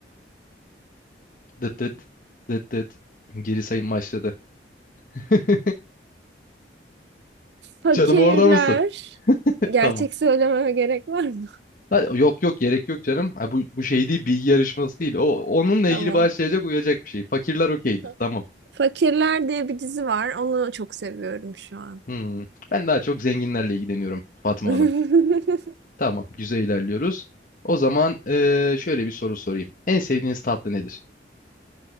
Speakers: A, on the left; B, on the right.
A: Dıt dıt, dıt dıt. Geri sayım başladı. <laughs>
B: Fakirler.
A: Canım orada mısın?
B: Gerçek
A: Tamam.
B: söylememe gerek var mı?
A: Ha, Yok yok gerek yok canım. Ha, bu, bu şey değil bilgi yarışması değil. O, onunla
B: <laughs>
A: ilgili başlayacak uyacak bir şey. Fakirler okeydir.
B: Tamam.
A: Tamam.
B: Fakirler diye bir dizi var. Onu çok seviyorum şu an.
A: Hmm. Ben daha çok zenginlerle ilgileniyorum Fatma
B: <laughs>
A: Hanım. Tamam, güzel ilerliyoruz. O zaman eee, şöyle bir soru sorayım. En sevdiğiniz tatlı nedir?